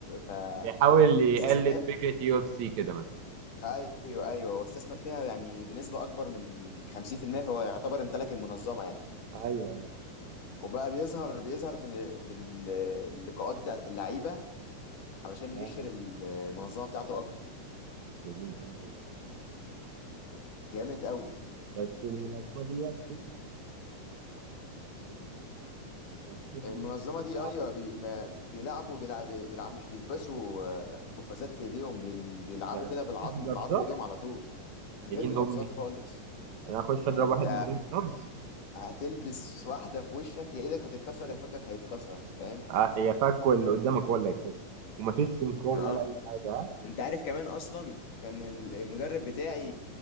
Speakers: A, on the left; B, on the right.
A: ف
B: بيحاول يقلد
A: استثمر فيها
B: فكره يو اف سي كده مثلا
A: أيوه أيوه هو استثمر فيها يعني بنسبة أكبر من 50% فهو يعتبر امتلك المنظمة يعني
B: ايوه ايوه
A: وبقى بيظهر بيظهر في ال- في ال- اللقاءات بتاعت اللعيبة علشان يشهر
B: اه
A: ال- المنظمة بتاعته أكتر
B: يا دين امي ده جامد
A: جامد قوي
B: بس المنظمه دي ليها شروط مثلا هتحققها ولا عادي؟ عشان انت عارف
A: المنظمة
B: اليو اف سي
A: دي
B: صعب
A: أيوه بي ما بيلعبوا بيلعب بيلعب مش بيلبسوا آه، قفازات في إيديهم بيل- بيلعبوا
B: ما
A: كده بالعظم
B: بتنفذش بلفظات
A: بعظم إيديهم على طول من
B: يا
A: غير
B: دين
A: جلافزات
B: امي
A: خالص
B: انا اخش
A: يعني
B: اضرب
A: انت
B: واحد من غير لفظ
A: هتلبس واحده في وشك يا ايدك هتتكسر يا فكك هيتكسر فاهم
B: آه، يا فك واللي قدامك هو اللي هيتكسر ومفيش سمكار
A: اه
B: ولا اي حاجه آه.
A: انت عارف كمان اصلا كان ال- المدرب بتاعي